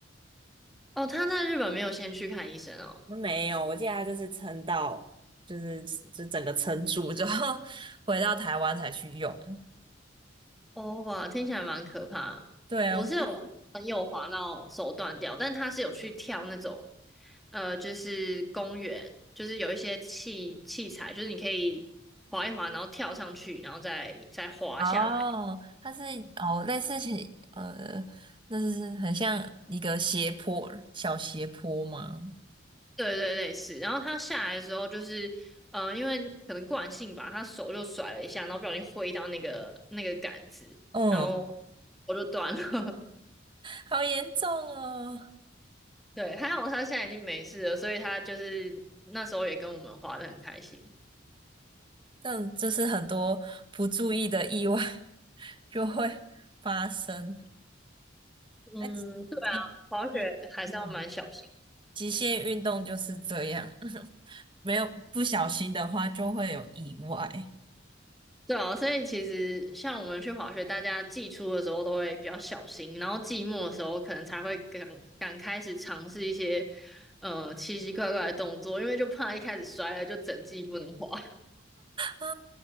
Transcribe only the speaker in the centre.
哦，他在日本没有先去看医生哦。
哦，哇，听起来蛮可怕。
我是有朋友滑到手断掉，
但他是有去跳那种，呃，就是公园，就是有一些器器材，就是你可以滑一滑，然后跳上去，然后再再滑下来。
对对对，类似。然后他下来的时候，就是，呃，因为可能惯性吧，他手就甩了一下，然后不小心挥到那个那个杆子，
然后我就断了。<laughs>
对，还好他现在已经没事了，所以他就是那时候也跟我们滑得很开心。
嗯，
对啊，滑雪还是要蛮小心。
对啊，所以其实像我们去滑雪，大家季初的时候都会比较小心，然后季末的时候可能才会敢敢开始尝试一些呃奇奇怪怪的动作，因为就怕一开始摔了就整季不能滑。<laughs>